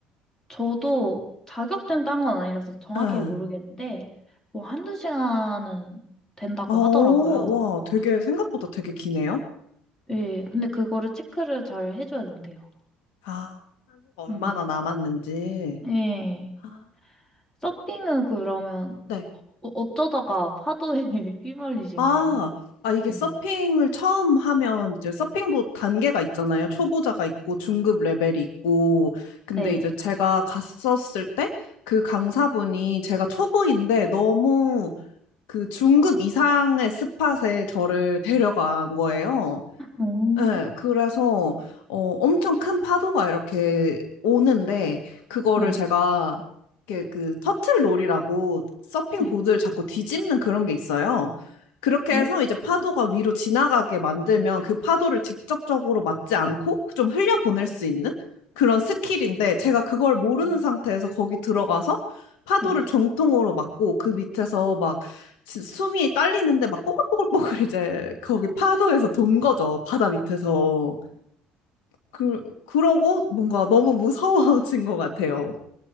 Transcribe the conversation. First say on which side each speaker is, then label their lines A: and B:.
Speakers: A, on the left; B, on the left.
A: 저도 자격증 딴 건 아니라서 정확히
B: 네.
A: 모르겠는데, 뭐 한두 시간은 된다고
B: 어, 와,
A: 하더라고요.
B: 되게 생각보다 되게 기네요.
A: 예, 근데 그거를 체크를 잘 해줘야 된대요.
B: 아, 산소가 얼마나
A: 음.
B: 남았는지.
A: 예.
B: 아,
A: 서핑은 그러면
B: 네.
A: 어, 어쩌다가 파도에 <laughs> 휘말리신
B: 아,
A: 거예요?
B: 아, 이게
A: 네.
B: 서핑을 처음 하면 이제 서핑보 단계가 있잖아요. 초보자가 있고 중급 레벨이 있고. 근데
A: 네.
B: 이제 제가 갔었을 때 그 강사분이 제가 초보인데 너무 그 중급 이상의 스팟에 저를 데려간 거예요.
A: 음.
B: 네, 그래서 어, 엄청 큰 파도가 이렇게 오는데 그거를
A: 네.
B: 제가 이렇게 그 터틀롤이라고 서핑
A: 네.
B: 보드를 자꾸 뒤집는 그런 게 있어요. 그렇게
A: 오.
B: 해서 이제 파도가 위로 지나가게 만들면 그 파도를 직접적으로 맞지 않고 좀 흘려보낼
A: 네.
B: 수 있는 그런 스킬인데 제가 그걸
A: 음.
B: 모르는 상태에서 거기 들어가서 파도를
A: 네.
B: 정통으로 맞고 그 밑에서 막 지- 숨이 딸리는데 막 뽀글뽀글뽀글 이제 거기 파도에서 돈 거죠. 바다 밑에서. 그, 그러고 뭔가 너무 무서워진 것 같아요.